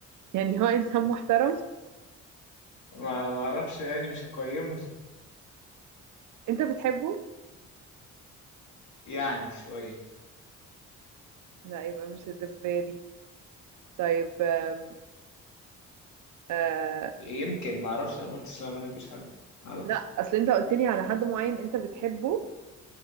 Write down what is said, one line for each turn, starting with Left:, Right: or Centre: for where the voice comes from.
Right: يعني هو إنسان محترم
Left: ما ما اعرفش يعني مش هقيمه
Right: أنت بتحبه
Left: يعني شوية
Right: لا يبقى مش الدبالي طيب آم، آه
Left: يمكن ما اعرفش ما قلتش لا ما بحبش حد ما اعرفش
Right: لا أصل أنت قلت لي على حد معين أنت بتحبه